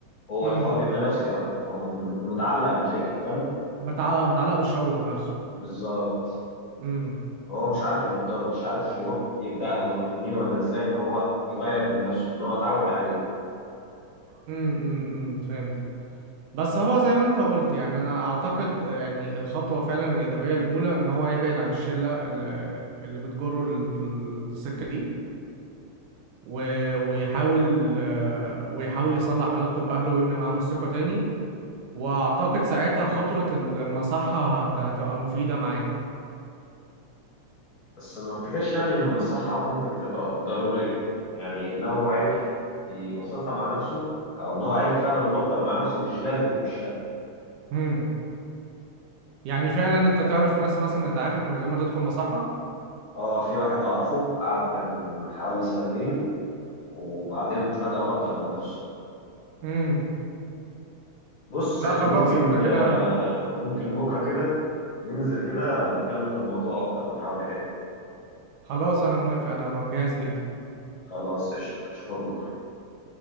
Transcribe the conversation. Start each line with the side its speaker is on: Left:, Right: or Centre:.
Left: هو
Right: امم
Left: الحوار بيبقى نفسي اكتر هو مت- مت- متعلق بالفكره فاهم
Right: متعلق متعلق بالشعور نفسه
Left: بالظبط
Right: امم
Left: هو مش عارف يبطله مش عارف يروح يبداها يروح منين ولا ازاي ان هو يغير من نفسه ان هو اتعود عليه
Right: امم امم فهمت بس هو زي ما انت قلت يعني انا اعتقد يعني الخطوه فعلا الايجابيه الاولى ان هو يبعد عن الشله اللي اللي بتجره ال- السكه دي و- ويحاول آه، ويحاول يصلح علاقته بأهله ويبني معاهم الثقة تاني وأعتقد ساعتها خطوة ال- المصحة هت- هتبقى مفيدة معاه
Left: بس ما افتكرش يعني ان المصحه ممكن تبقى ضروريه يعني لو هو عرف يبسطها مع نفسه او ان هو عرف فعلا يبطل مع نفسه مش لازم يخشها
Right: مم. يعني فعلا أنت تعرف ناس مثلا اتعافت من غير ما تدخل مصحة؟
Left: اه في واحد اعرفه قعد كان حوالي سنتين وبعدين فجأة بطل من نفسه
Right: مم.
Left: بص
Right: لا
Left: احنا
Right: خلاص
Left: ممكن
Right: أنت كده
Left: آه، ممكن بكرة كده ننزل كده نتكلم في الموضوع أكتر ونحاول نحله
Right: خلاص أنا موافق أنا جاهز جدا
Left: خلاص قشطة أشوفك بكرة